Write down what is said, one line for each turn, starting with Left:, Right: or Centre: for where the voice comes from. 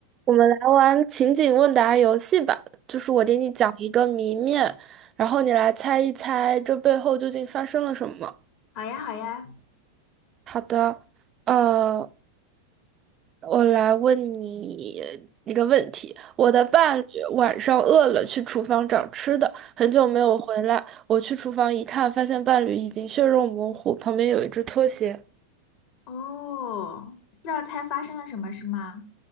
Right: 我们来玩情景问答游戏吧，就是我给你讲一个谜面，然后你来猜一猜这背后究竟发生了什么。
Left: 好呀，好呀，
Right: 好的，呃，我来问你一个问题：我的伴侣晚上饿了，去厨房找吃的，很久没有回来。我去厨房一看，发现伴侣已经血肉模糊，旁边有一只拖鞋。
Left: 哦，知道猜发生了什么是吗？